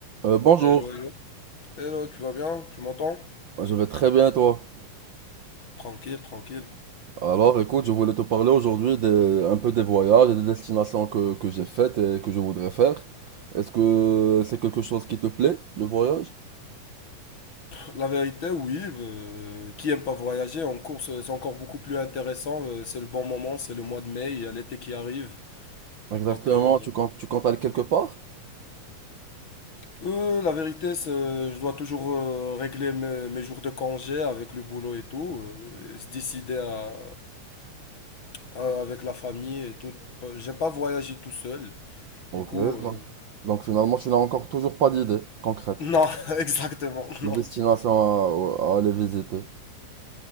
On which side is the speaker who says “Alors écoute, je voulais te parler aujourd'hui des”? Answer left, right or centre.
Right